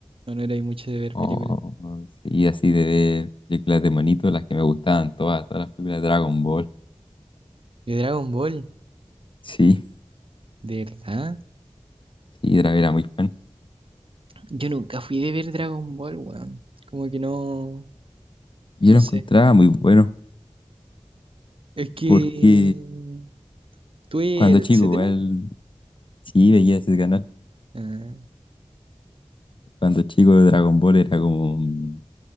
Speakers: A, on the right; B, on the left.
A: o no erais mucho de ver
B: Oh,
A: películas?
B: sí, así de ver películas de monito, las que me gustaban todas, todas las películas de Dragon Ball.
A: De Dragon Ball,
B: Sí,
A: ¿de verdad?
B: sí, era era muy fan.
A: Yo nunca fui de ver Dragon Ball, weón. Como que no,
B: Yo
A: no
B: lo
A: sé.
B: encontraba muy bueno,
A: Es que
B: porque
A: tuve
B: cuando
A: el
B: chico,
A: etcétera.
B: igual, sí veía ese canal.
A: Ah,
B: Cuando chico, Dragon Ball era como mm,